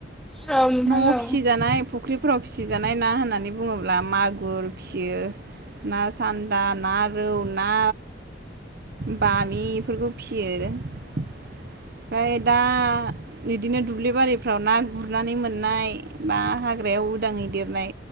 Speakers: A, in the centre; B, on the right (about 60°).
A: औ नोंथां
B: न'आव
A: औ
B: फिसिजानाय फुख्रिफोराव फिसिजानाय ना होननानै बुङोब्ला मागुर फिसियो ना सान्दा, ना रौ, ना बामि बेफोरखौ फियो। ओमफ्राय दा बिदिनो दुब्लि बारिफ्राव ना गुरनानै मोननाय बा हाग्रायाव उदाङै देरनाय